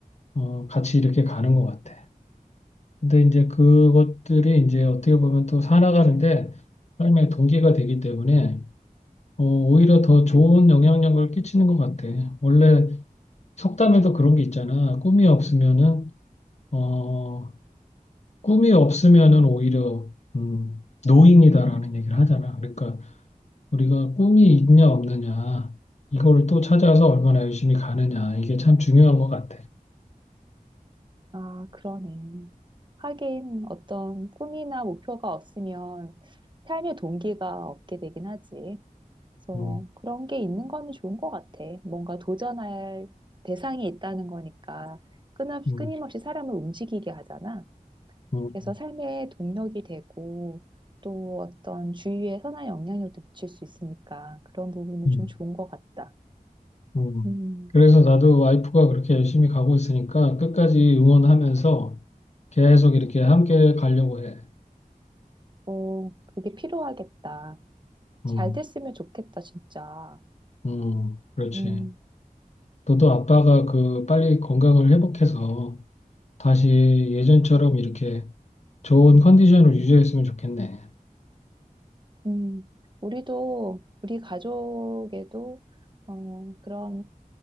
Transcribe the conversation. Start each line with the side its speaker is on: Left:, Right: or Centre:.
Left: 어 같이 이렇게 가는 것 같아. 근데 이제 그것들이 이제 어떻게 보면 또 살아가는데 삶의 동기가 되기 때문에 어, 오히려 더 좋은 영향력을 끼치는 것 같아. 원래 속담에도 그런 게 있잖아. 꿈이 없으면은 어, 꿈이 없으면은 오히려 음, 노인이다라는 얘기를 하잖아. 그러니까 우리가 꿈이 있냐 없느냐 이거를 또 찾아서 얼마나 열심히 가느냐 이게 참 중요한 것 같아.
Right: 아, 그러네. 하긴 어떤 꿈이나 목표가 없으면 삶의 동기가 없게 되긴 하지. 그래서
Left: 음,
Right: 그런 게 있는 거는 좋은 것 같아. 뭔가 도전할 대상이 있다는 거니까 끊임없이,
Left: 음,
Right: 끊임없이 사람을 움직이게 하잖아.
Left: 음,
Right: 그래서 삶의 동력이 되고 또 어떤 주위에 선한 영향력도 미칠 수 있으니까 그런 부분은
Left: 음,
Right: 좀 좋은 것 같다.
Left: 음.
Right: 음,
Left: 그래서 나도 와이프가 그렇게 열심히 가고 있으니까 끝까지 응원하면서 계속 이렇게 함께 가려고 해.
Right: 어, 그게 필요하겠다.
Left: 음,
Right: 잘 됐으면 좋겠다, 진짜.
Left: 음, 그렇지.
Right: 음,
Left: 너도 아빠가 그 빨리 건강을 회복해서 다시 예전처럼 이렇게 좋은 컨디션을 유지했으면 좋겠네.
Right: 음. 우리도, 우리 가족에도 어, 그런